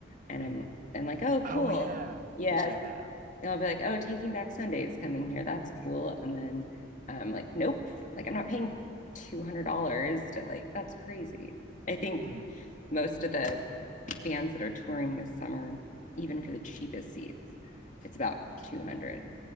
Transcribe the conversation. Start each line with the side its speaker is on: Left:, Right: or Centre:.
Left: and
Right: Mhm.
Left: I'm I'm like, "Oh, cool.
Right: Oh yeah,
Left: Yes."
Right: I used to have that app.
Left: And I'll be like, "Oh, Taking Back Sunday is coming here. That's cool." And then I'm like, "Nope. Like I'm not paying $200 to like that's crazy." I think
Right: Mhm.
Left: most of the bands that are touring this summer, even for the cheapest seats, it's about 200.